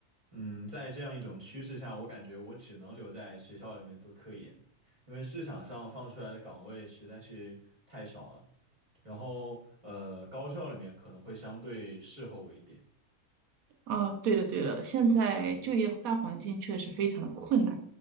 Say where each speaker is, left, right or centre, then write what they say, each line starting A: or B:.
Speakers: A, on the right; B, on the right.
A: 嗯，在这样一种趋势下，我感觉我只能留在学校里面做科研，因为市场上放出来的岗位实在是太少了。然后，呃，高校里面可能会相对适合我一点。
B: 啊，对了对了，现在就业大环境确实非常的困难。